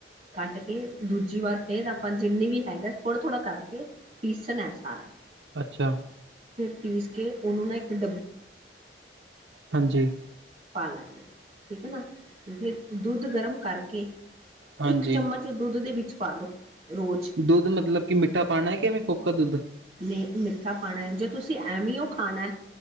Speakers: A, on the right; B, on the right.
A: ਕੱਢ ਕੇ ਦੂਜੀ ਵਾਰ ਫੇਰ ਆਪਾਂ ਜਿੰਨੀ ਵੀ ਹੈਗਾ ਥੋੜ੍ਹਾ-ਥੋੜ੍ਹਾ ਕਰਕੇ ਪੀਸਣਾਂ ਐ ਸਾਰਾ।
B: ਅੱਛਾ।
A: ਫਿਰ ਪੀਸ ਕੇ ਓਨੂੰ ਨਾ ਇੱਕ ਡੱਬ
B: ਹਾਂਜੀ।
A: ਪਾ ਲਾਂਗੇ। ਠੀਕ ਐ ਨਾ, ਫਿਰ ਦੁੱਧ ਗਰਮ ਕਰਕੇ
B: ਹਾਂਜੀ,
A: ਇੱਕ ਚਮਚ ਤੇ ਦੁੱਧ ਦੇ ਵਿੱਚ ਪਾਲੋ, ਰੋਜ਼।
B: ਦੁੱਧ ਮਤਲਬ ਕਿ ਮਿੱਠਾ ਪਾਣਾ ਕੇ ਫੋਕਾ ਦੁੱਧ?
A: ਨਈਂ, ਮਿੱਠਾ ਪਾਣਾ, ਜੇ ਤੁਸੀਂ ਐਵੇਂ ਓ ਖਾਣਾ